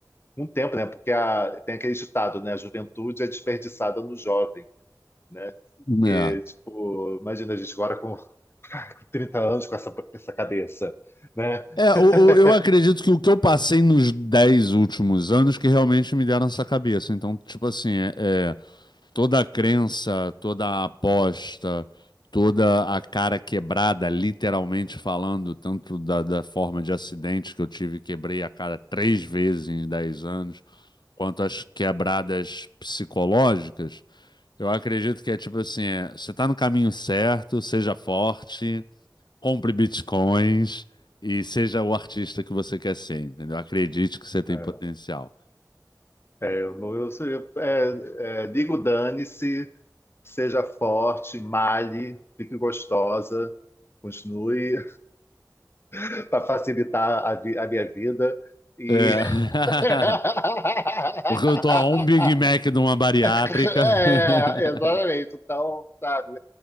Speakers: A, on the left; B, on the left.
A: um tempo, né? Porque a, tem aquele ditado, né? A juventude é desperdiçada no jovem, né?
B: É,
A: Porque, tipo, imagina a gente agora com <laughs> 30 anos com essa, com essa cabeça, né?
B: É, o-
A: <laughs>
B: o- eu acredito que o que eu passei nos 10 últimos anos que realmente me deram essa cabeça. Então, tipo assim, é, é, toda a crença, toda a aposta, toda a cara quebrada, literalmente falando, tanto da, da forma de acidente que eu tive, quebrei a cara três vezes em 10 anos. quanto às quebradas psicológicas, eu acredito que é tipo assim, é, você está no caminho certo, seja forte, compre bitcoins e seja o artista que você quer ser, entendeu? Acredite que você tem
A: Caralho.
B: potencial.
A: É, é, eu, não- eu, eu- é, é, digo dane-se, seja forte, malhe, fique gostosa, continue <laughs> para facilitar a, vi- a minha vida e
B: É. <laughs>
A: <laughs>
B: Porque eu tô a um Big Mac de uma bariátrica.
A: <laughs>
B: <laughs>
A: É, exatamente. Então, sabe,